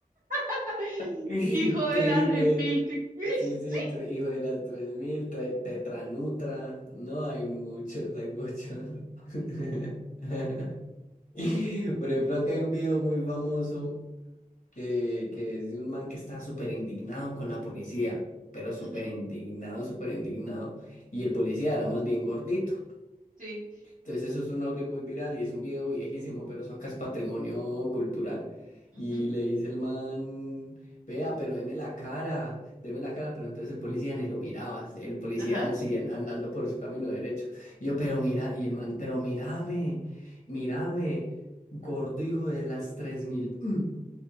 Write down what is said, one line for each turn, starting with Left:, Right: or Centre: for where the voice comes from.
Right: <laughs>
Left: <laughs>
Right: hijo de
Left: triple.
Right: la red mil tri-
Left: Sí,
Right: <laughs>
Left: sí,
Right: Sí,
Left: tre- hijo de las 3000, tre- tetranutra. No, hay muchos, hay muchos. <laughs> <laughs> Por ejemplo, acá hay un video muy famoso que, que es de un man que está súper indignado con la policía, pero súper
Right: Ujú,
Left: indignado, súper indignado. Y el policía era más bien gordito.
Right: sí.
Left: Entonces eso es un audio muy viral y es un video viejísimo, pero eso acá es patrimonio cultural.
Right: ujú,
Left: Y le dice el man, vea, pero deme la cara, deme la cara, pero entonces el policía ni lo miraba, el policía
Right: Ajá.
Left: sigue andando por su camino derecho. Y yo, pero mira, y el man, pero mírame, mírame, gordo hijo de las tres mil. mm".